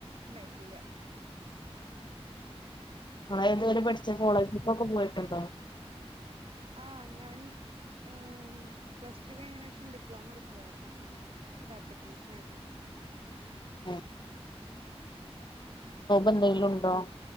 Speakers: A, on the right; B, on the left.
A: ണ്ടായിട്ടില്ല
B: മ്മളിതുവരെ പഠിച്ച കോളേജിലൊക്കൊ പോയിട്ടുണ്ടോ
A: ആഹ് ഞാന് ഏഹ് പ്ലസ്ടു കഴിഞ്ഞയ്നേഷം ഡിപ്ലോമയെടുത്തതാ ആഹ് ലാബ് ടെക്നീഷ്യനായിട്ട്
B: അഹ് എന്തെങ്കിലും ഉണ്ടോ